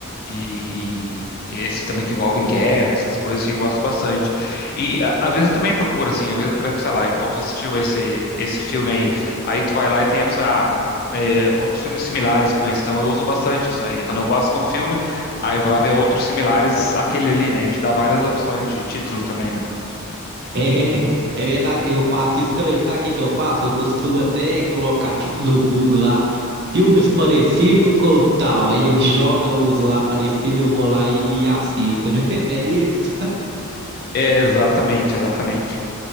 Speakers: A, on the left; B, on the right.
A: E esse também que envolve em guerra, essas coisas, assim, eu gosto bastante. E a- às vezes eu também procuro, assim, às vezes, por exemplo, sei lá, igual tu assistiu esse, esse filme aí, aí tu vai lá e tem a pessoa, ah, é, outros filmes similares com esse, então eu uso bastante isso aí, né? Quando eu gosto de um filme, aí eu vou lá ver outros similares àquele ali, né? Ele te dá várias opções de título também, né?
B: É, é verdade, eu faço isso também. Sabe o que que eu faço? Eu costumo até colocar, tipo, no Google lá, filmes parecidos com tal. Aí eles jogam os lá parecidos, eu vou lá e, e assisto, né? <laughs> Não é isso?
A: É, exatamente, exatamente.